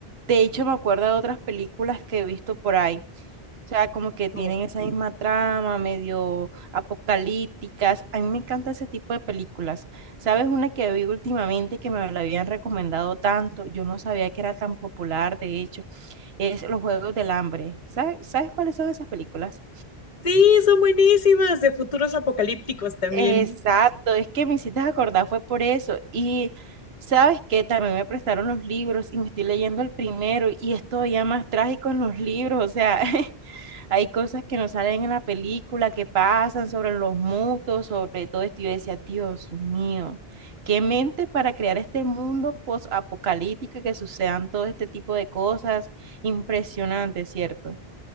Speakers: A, on the right; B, on the left.
A: De hecho, me acuerdo de otras películas que he visto por ahí. O sea, como que tienen
B: Como,
A: esa misma trama, medio apocalípticas. A mí me encanta ese tipo de películas. ¿Sabes una que vi últimamente que me la habían recomendado tanto? Yo no sabía que era tan popular, de hecho, es Los Juegos del Hambre. ¿Sabes, sabes cuáles son esas películas?
B: sí, son buenísimas, de futuros apocalípticos también.
A: Exacto, es que me hiciste acordar, fue por eso. Y sabes que también me prestaron los libros y me estoy leyendo el primero y es todavía más trágico en los libros, o sea, <laughs> Hay cosas que no salen en la película, que pasan sobre los mutos, sobre todo esto. Y yo decía, Dios mío, qué mente para crear este mundo post-apocalíptico y que sucedan todo este tipo de cosas. Impresionante, ¿cierto?